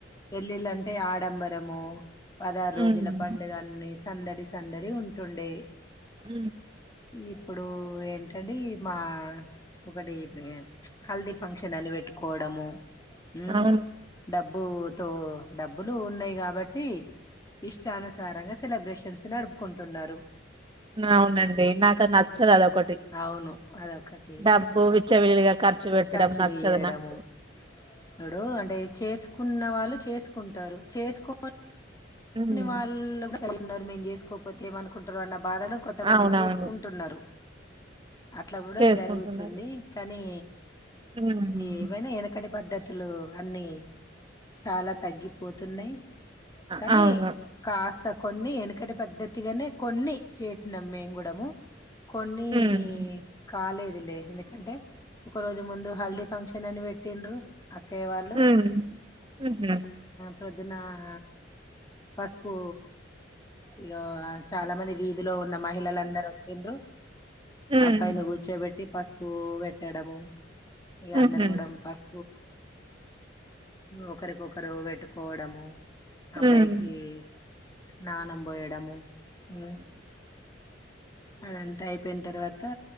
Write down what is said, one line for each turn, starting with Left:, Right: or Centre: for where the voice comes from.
Left: పెళ్లిలుఅంటే ఆడంబరము పదహారు
Right: ఉమ్
Left: రోజుల పండుగన్న సందడి సందడి ఉంటుండే
Right: అ
Left: ఇప్పుడు ఏంటండి మా ఒకటి హల్దీ ఫంక్షన్ అని పెట్టుకోవడము హ్మ్
Right: అవును
Left: డ డబ్బు తో డబ్బులు ఉన్నాయి కాబట్టి ఇష్టానుసారంగా సెలబ్రేషన్స్ నడుపుకుంటున్నారు
Right: అవునండి నాకది నచ్చదు అదోకటి
Left: అవును అదొకటి
Right: డబ్బు విచ్చలవిడిగా ఖర్చు పెట్టడం
Left: ఖర్చులు
Right: నచ్చదు
Left: చేయడము
Right: నాకు
Left: ఇప్పుడు అంటే చేసు ఉన్న వాళ్ళు చేసుకుంటారు చేసుకోొ
Right: ఉమ్
Left: నీ వాళ్ మరి మేం చేసుకోపోతే ఏమనుకుంటారు అన్న బాధలో కొంతమంది
Right: అవునవును
Left: చేసుకుంటున్నారు అట్లా కూడా
Right: చేసుకుంటున్నారు
Left: జరుగుతుంది కానీ
Right: హ్మ్.
Left: ఈ ఏమైనా ఎనకడి పద్ధతులే మల్లి చాలా తగ్గిపోతున్నాయి
Right: అ
Left: కానీ
Right: అవును
Left: కాస్త కొన్ని ఎనుకటి పద్ధతిగానే కొన్ని చేస్తున్నాం మేము కూడాము కొన్ని
Right: ఉమ్
Left: కాలేదులే ఎందుకంటే ఒక రోజు ముందు హల్దీ ఫంక్షన్ అని పెట్టిండ్రు అక్కే వాళ్ళు
Right: ఉమ్ ఉహు
Left: పొద్దున ఆ పసుపు ఇక చాలా మంది వీధిలో ఉన్న మహిళలందరుూ వచ్చిండ్రు
Right: ఉమ్
Left: అబ్బాయిని కూర్చోబెట్టి పసుపు పెట్టడము ఇ అందరు
Right: ఉహు
Left: కూడా పస్ ఒకరికొకరు పెట్టుకోవడము అబ్బాయికి
Right: ఉమ్
Left: స్నానం పోయడము హ అదంతా అయి పోయిన తర్వాత